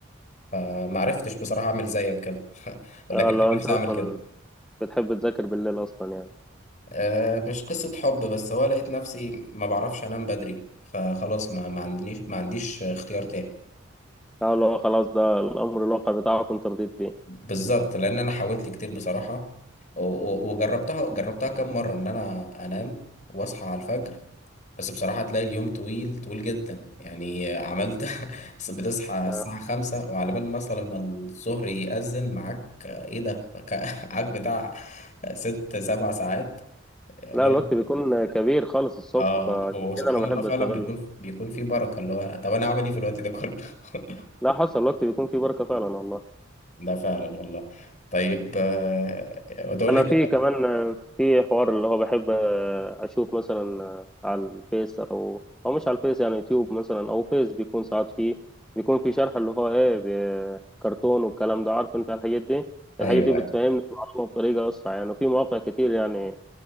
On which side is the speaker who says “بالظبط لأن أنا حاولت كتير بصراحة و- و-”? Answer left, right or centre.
Left